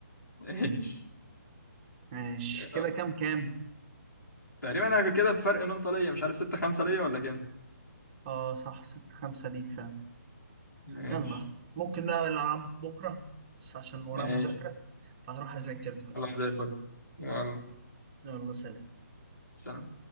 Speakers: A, on the left; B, on the right.
A: ماشي
B: ماشي كده
A: آه،
B: كام كام
A: تقريبا انا كده بفرق نقطه ليا مش عارف ستة خمسة ليا ولا كام
B: اه صح ستة خمسة ليك فعلا
A: ماشي
B: يلا ممكن بقى نلعب بكره بس عشان ورايا
A: ماشي
B: مذاكره فهروح اذاكر دلوقتي
A: خلاص زي الفل يلا
B: يلا سلام
A: سلام